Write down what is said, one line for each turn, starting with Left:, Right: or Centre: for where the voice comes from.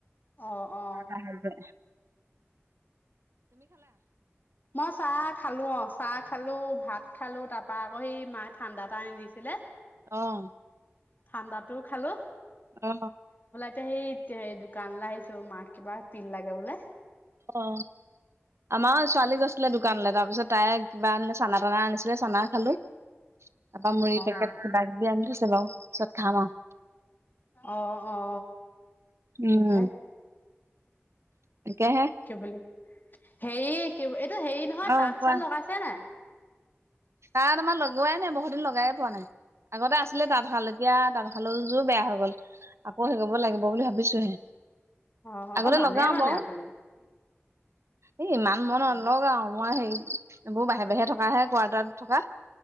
Left: অ অ
Right: অ
Left: মই চা খালো অ। চাহ খালো, ভাত খালো তাপা আকৌ সি মায়ে ঠাণ্ডা এটা আনি দিছিলে।
Right: আহ
Left: ঠাণ্ডাতো খালোঁ
Right: অ
Left: এতিয়া সেই দোকানলৈ আহিছো মাক কিবা পিন লাগে বোলে।
Right: অ আমাৰ ছোৱালী গৈছিলে দোকানলে তাৰপিছত তাই কিবা আনিলে চানা তানা আনিছিলে চানা খালো তাৰপা মুড়ি পেকেট
Left: অ
Right: কিবা কিবি আনি থৈছে বাৰু পিছত খাম আৰু
Left: অহ অ
Right: উম
Left: হে
Right: তাকেহে
Left: কি বুলি হেৰি এইটো হেৰি নহয়
Right: অ
Left: তাঁত
Right: কোৱা
Left: চাত লগাইছা নাই
Right: তাত আমাৰ লগোৱাই নাই বহুত দিন লগাই পোৱা নাই আগতে আছিলে তাঁতশাল। এতিয়া তাঁতশালযোৰ বেয়া হৈ গল। আকৌ সেকৰিব লাগিব বুলি ভাবিছোহে।
Left: অ',
Right: আগতে
Left: অ', জানে
Right: লগাও
Left: মানে
Right: বাও
Left: আপুনি
Right: এ ইমান মন
Left: অ',
Right: অলও আৰু মই হেৰি এইবোৰ বাহি বাহিৰে থকাহে কোৱাৰ্টাৰত থকা।